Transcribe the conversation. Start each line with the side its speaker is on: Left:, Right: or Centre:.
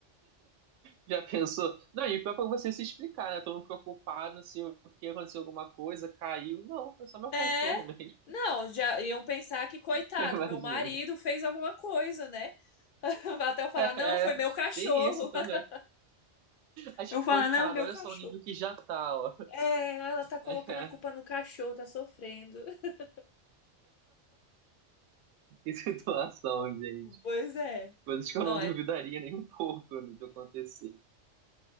Right: Já pensou? Não, e pior é pra você se explicar, né? Todo mundo preocupado se o que aconteceu, alguma coisa, caiu. Não, foi só meu cachorro
Left: É.
Right: mesmo.
Left: Não, já iam pensar que, coitado,
Right: <laughs> Imagina.
Left: meu marido fez alguma coisa, né? <laughs> Até eu falar, não,
Right: É,
Left: foi meu cachorro.
Right: tem isso também.
Left: <laughs>
Right: Mas,
Left: Eu
Right: tipo,
Left: falar,
Right: coitado,
Left: não, meu
Right: olha
Left: cachorro.
Right: só o nível que já tá, ó.
Left: É, ela tá colocando
Right: <laughs>
Left: a culpa no cachorro, tá sofrendo. <laughs>
Right: Que situação, gente.
Left: Pois é.
Right: Coisas que eu
Left: Não,
Right: não
Left: é.
Right: <laughs> duvidaria nem um pouco do que acontecer.